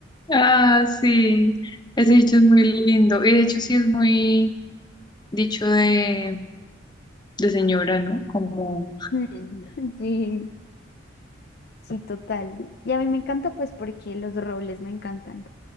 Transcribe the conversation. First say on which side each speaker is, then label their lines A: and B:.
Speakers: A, on the left; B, on the left.
A: Ah, sí. Ese
B: No
A: dicho es muy lindo. Y de hecho sí es muy dicho de, de señora, ¿no? Como,
B: <laughs> Mm, Sí, sí, total. Y a mí me encanta pues porque los robles me encantan.